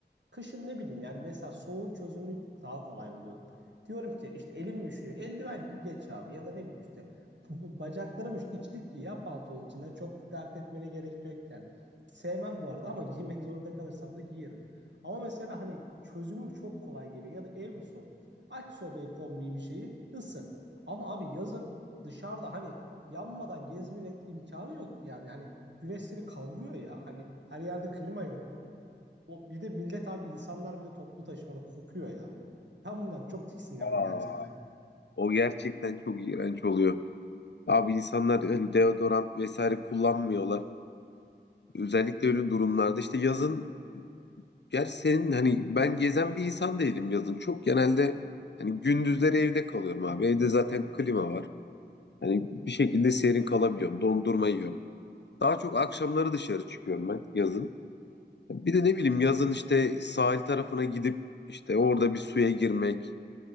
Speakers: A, on the right; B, on the left.
A: Kışın ne bileyim yani mesela soğuğun çözümünü daha kolay buluyorum. Diyorum ki işte elim üşüyor. Eldiven giy geç abi ya da ne bileyim işte bacaklarım üşüyor. İçlik giy ya pantolon içinden çok dert etmene gerek yok yani. Sevmem bu arada ama <laughs> giymek zorunda kalırsam da giyerim. Ama mesela hani çözümü çok kolay geliyor ya da ev mi soğuk? Aç sobayı kombiyi bir şeyi ısın. Ama abi yazın dışarıda hani yanmadan gezmenin imkanı yok ki yani. Hani güneş seni kavuruyor ya. Hani her yerde klima yok. O bir de millet abi insanlar bir de toplu taşımada kokuyor ya. Ben bundan çok tiksiniyorum
B: Aa,
A: gerçekten.
B: O gerçekten çok iğrenç oluyor. Abi insanlar hani deodorant vesaire kullanmıyorlar. Özellikle öyle durumlarda işte yazın gerçi senin hani ben gezen bir insan değilim yazın. Çok genelde hani gündüzleri evde kalıyorum abi. Evde zaten klima var. Hani bir şekilde serin kalabiliyorum. Dondurma yiyorum. Daha çok akşamları dışarı çıkıyorum ben yazın. Bir de ne bileyim yazın işte sahil tarafına gidip işte orada bir suya girmek,